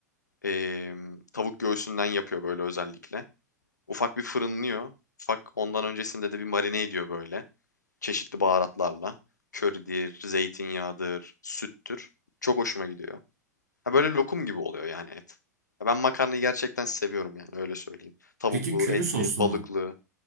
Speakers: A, on the left; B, on the right.
A: Ee, tavuk göğsünden yapıyor böyle özellikle. Ufak bir fırınlıyor. Ufak ondan öncesinde de bir marine ediyor böyle. Çeşitli baharatlarla. Köridir, zeytinyağıdır, süttür. Çok hoşuma gidiyor. Ha böyle lokum gibi oluyor yani et. Ha Ben makarnayı gerçekten seviyorum yani öyle söyleyeyim. Tavuklu,
B: Peki köri
A: etli,
B: soslu
A: balıklı.
B: mu?